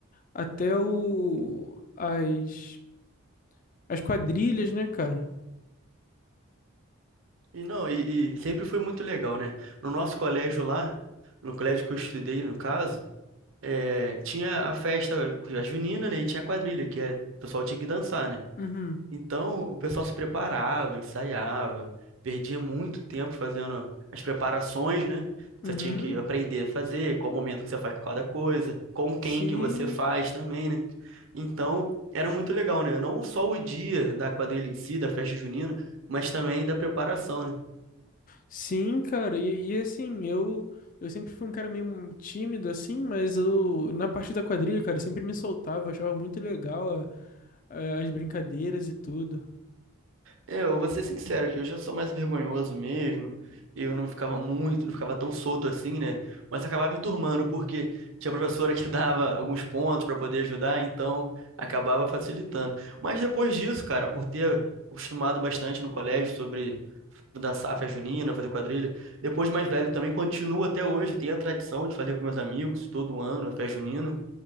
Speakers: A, on the left; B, on the right.
A: até o. As. As quadrilhas, né, cara?
B: E não, e, e sempre foi muito legal, né? No nosso colégio lá, no colégio que eu estudei, no caso, é, tinha a festa, a junina, né? E tinha a quadrilha, que é, o pessoal tinha que dançar, né?
A: Uhum.
B: Então, o pessoal se preparava, ensaiava, perdia muito tempo fazendo as preparações, né?
A: Uhum.
B: Você tinha que aprender a fazer, qual momento que você faz cada coisa, com quem
A: Sim.
B: que você faz também, né? Então, era muito legal, né? Não só o dia da quadrilha em si, da festa junina, mas também da preparação, né?
A: Sim, cara. E, e, assim, eu eu sempre fui um cara meio tímido, assim, mas eu, na parte da quadrilha, cara, eu sempre me soltava, eu achava muito legal a- a- as brincadeiras e tudo.
B: É, Eu vou ser sincero aqui, eu já sou mais vergonhoso mesmo. Eu não ficava muito, não ficava tão solto assim, né? Mas acabava me turmando, porque tinha professora que <laughs> dava alguns pontos para poder ajudar, então acabava facilitando. Mas depois disso, cara, por ter acostumado bastante no colégio sobre dançar festa junina, fazer quadrilha, depois de mais velho também continuo até hoje, tenho a tradição de fazer com meus amigos todo ano, a festa junina.